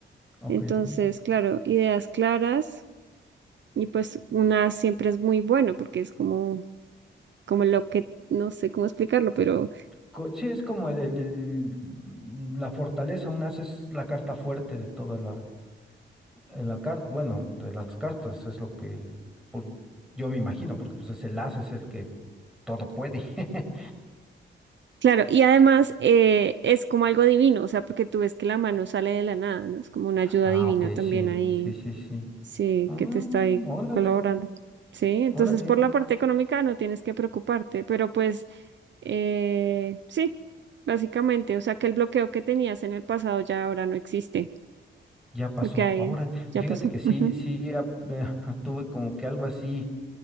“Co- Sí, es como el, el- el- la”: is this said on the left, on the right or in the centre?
Centre